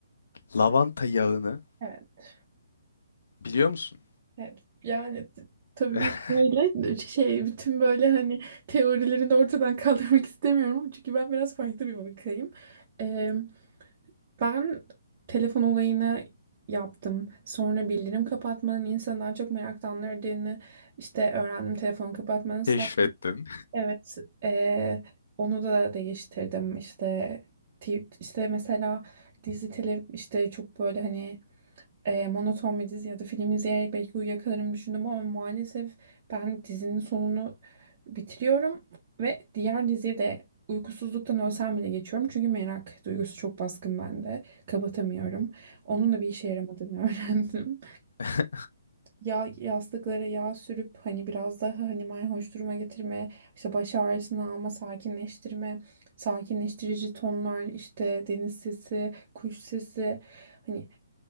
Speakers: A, on the left; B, on the right.
A: lavanta yağını
B: Evet.
A: biliyor musun?
B: Evet, yani t- tabii
A: <laughs>
B: böyle şey bütün böyle hani teorilerini de ortadan <laughs> kaldırmak istemiyorum. Çünkü ben biraz farklı bir bakayım. Ee, ben telefon olayını yaptım. Sonra bildirim kapatmanın insanı daha çok meraklandırdığını işte öğrendim telefon kapatmanın. Sonra
A: Keşfettim.
B: Evet, eee, onu da değiştirdim işte ti- işte mesela dizi tele işte çok böyle hani eee, monoton bir dizi ya da film izleyerek belki uyuyakalarım düşündüm ama maalesef ben dizinin sonunu bitiriyorum ve diğer diziye de uykusuzluktan ölsem bile geçiyorum çünkü merak duygusu çok baskın bende kapatamıyorum onun da bir işe yaramadığını <laughs> öğrendim
A: <laughs>
B: Yağ, yastıklara yağ sürüp hani biraz daha hani mayhoş duruma getirme, işte baş ağrısını alma, sakinleştirme, sakinleştirici tonlar, işte deniz sesi, kuş sesi hani